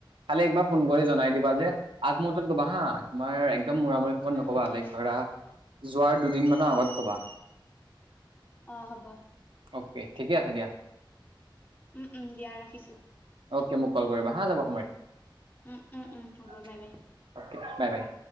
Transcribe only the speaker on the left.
উম
উম
অ হ'ব
উম। উম দিয়া ৰাখিছোঁ
উম উম উম হ'ব বাই বাই